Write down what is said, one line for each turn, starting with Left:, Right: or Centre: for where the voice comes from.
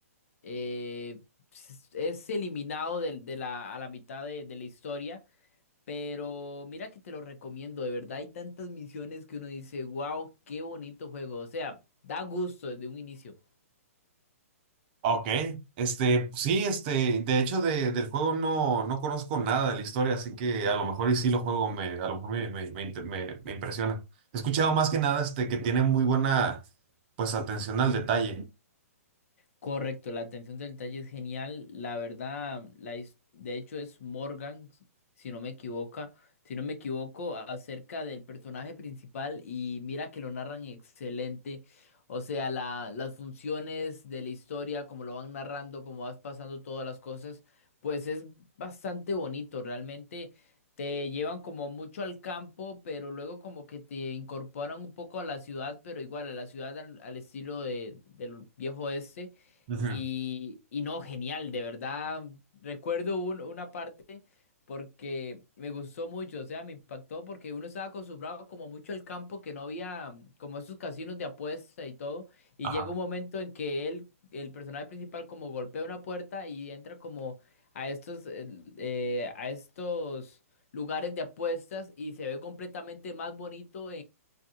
Left: eh, s- es eliminado del- de, la, a la mitad de, de la historia, pero mira que te lo recomiendo, de verdad hay tantas misiones que uno dice, wow, qué bonito juego, o sea, da gusto desde un inicio.
Right: Ok, este, sí, este, de hecho de, del juego no, no conozco nada de la historia, así que a lo mejor y sí lo juego, me, a lo mejor me, me, me, inter- me- me impresiona. He escuchado más que nada este, que tiene muy buena, pues, atención al detalle.
Left: Correcto, la atención del detalle es genial. La verdad, la, his- de hecho es Morgan, s- si no me equivoca si no me equivoco, a- acerca del personaje principal y mira que lo narran excelente. O sea, la, las funciones de la historia, como lo van narrando, como vas pasando todas las cosas, pues es bastante bonito. Realmente te llevan como mucho al campo, pero luego como que te incorporan un poco a la ciudad, pero igual a la ciudad al, al estilo de, del viejo oeste.
Right: Ujú.
Left: Y, y no, genial, de verdad. Recuerdo un- una parte porque me gustó mucho, o sea, me impactó porque uno estaba acostumbrado como mucho al campo, que no había mm, como esos casinos de apuesta y todo. Y
Right: Ajá.
Left: llega un momento en que él, el personaje principal, como golpea una puerta y entra como a estos, el- eh, a estos lugares de apuestas y se ve completamente más bonito